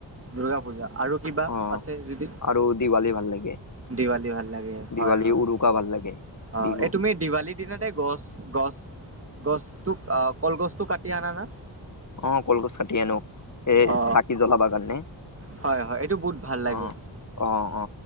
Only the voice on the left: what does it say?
অ
আৰু দিৱালী ভাল লাগে
দিৱালী
উৰুকা ভাল লাগে
বিহু
অ কলগচ কাটি আনো এই
চাকি জলাবা কাৰণে
অ অ অ